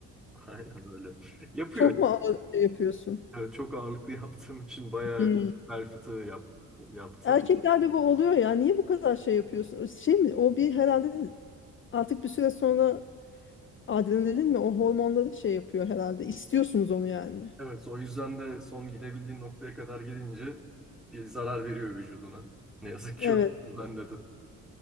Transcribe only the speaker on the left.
Çok mu ağır şey yapıyorsun?
Hmm.
Erkeklerde bu oluyor ya. Niye bu kadar şey yapıyorsun? Şey mi? O bir herhalde artık bir süre sonra adrenalin mi? O hormonları şey yapıyor herhalde. İstiyorsunuz onu yani.
Evet.